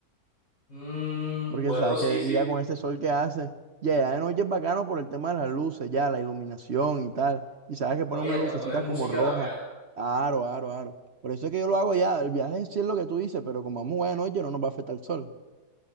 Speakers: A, on the left (about 50°); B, on the right (about 50°).
A: Mm,
B: Porque
A: bueno,
B: sabes
A: sí,
B: que de
A: sí,
B: día
A: pero-
B: con este sol que hace, ya, ya de noche es bacano por el tema de las luces, ya, la iluminación y tal. Y sabes que
A: no,
B: ponen
A: y
B: unas
A: hasta
B: lucecitas
A: poner música
B: como rojas.
A: bacana.
B: Aro, aro, aro. Por eso es que yo lo hago ya. El viaje sí es lo que tú dices, pero como vamos a de noche no nos va a afectar el sol.